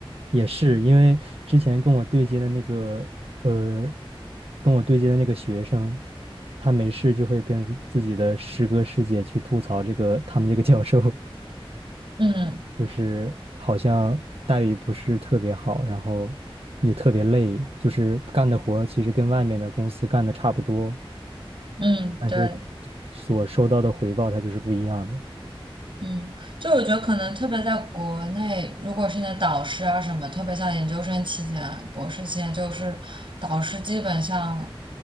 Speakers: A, on the right (about 80°); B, on the right (about 60°).
A: 也是，因为之前跟我对接的那个，呃，跟我对接的那个学生，他没事就会跟自己的师哥师姐去吐槽这个他们这个教授，<laughs>
B: 嗯
A: 就是好像待遇不是特别好，然后也特别累，就是干的活儿其实跟外面的公司干的差不多，
B: 嗯，
A: 但是
B: 对。
A: 所收到的回报它就是不一样的。
B: 嗯，就我觉得可能特别在国内，如果是你的导师啊什么，特别像研究生期间、博士期间，就是导师基本上